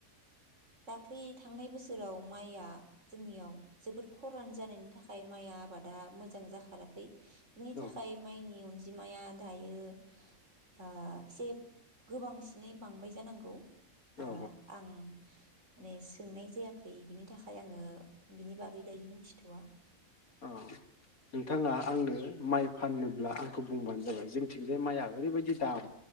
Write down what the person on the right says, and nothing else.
दाख्लि थांनाय बोसोराव माइआ जोंनियाव जोबोद खरान जानायनि थाखाय माइया आबादा मोजां जाखाराखै। बिनि
थाखाय माइनि अन बिमाया दायो एसे गोबांसिनै बांबाय जानांगौ
आं माने सोंनाय जायाखै बिनि थाखाय आङो बिनि बागै दायो मिथिथवा